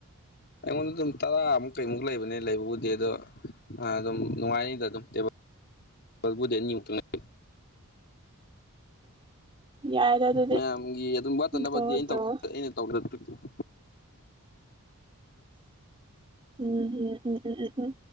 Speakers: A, on the left; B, on the right.
A: ꯑꯩꯉꯣꯟꯗ ꯑꯗꯨꯝ ꯇꯔꯥꯃꯨꯛ ꯀꯩꯃꯨꯛ ꯂꯩꯕꯅꯦ ꯂꯩꯕꯕꯨꯗꯤ ꯑꯗꯣ ꯑ ꯑꯗꯨꯝ ꯅꯨꯡꯉꯥꯏꯅꯤꯗ ꯑꯗꯨꯝ ꯇꯦꯕꯜ ꯕꯜꯕꯨꯗꯤ ꯑꯅꯤꯃꯨꯛꯇꯪ ꯂꯩ
B: <inaudible> ꯌꯥꯏꯗ ꯑꯗꯨꯗꯤ
A: ꯃꯌꯥꯝꯒꯤ ꯑꯗꯨꯝ ꯋꯥꯠꯇꯅꯕꯗꯤ
B: ꯇꯧꯔꯣ
A: ꯑꯩꯟ ꯇꯧ
B: ꯇꯧꯔꯣ
A: ꯑꯩꯅ <unintelligible>
B: ꯎꯝ ꯎꯝ ꯎꯝ ꯎꯝ ꯎꯝ ꯎꯝ